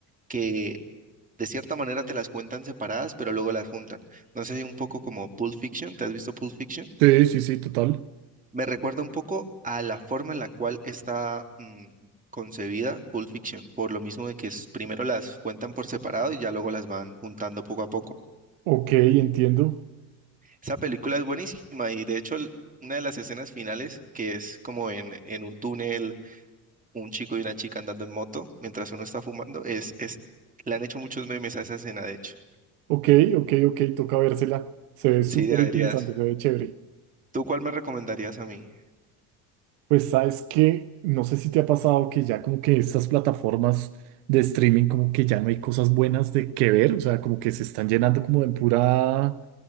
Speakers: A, on the right (about 20°); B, on the right (about 75°).
A: que de cierta manera te las cuentan separadas, pero luego las juntan. No sé, si un poco como Pulp Fiction, ¿te has visto Pulp Fiction?
B: Sí, sí, sí, total.
A: Me recuerda un poco a la forma en la cual está mm, concebida Pulp Fiction, por lo mismo de que es- primero las cuentan por separado y ya luego las van juntando poco a poco.
B: Ok, entiendo.
A: Esa película es buenísima y de hecho el- una de las escenas finales, que es como en, en un túnel, un chico y una chica andando en moto mientras uno está fumando, es, es, le han hecho muchos memes a esa escena, de hecho.
B: Ok, ok, ok, toca vérsela. Se ve súper
A: Sí, deberías.
B: interesante, se ve chévere.
A: ¿Tú cuál me recomendarías a mí?
B: Pues sabes que no sé si te ha pasado que ya como que estas plataformas de streaming como que ya no hay cosas buenas de que ver, o sea, como que se están llenando como de pura,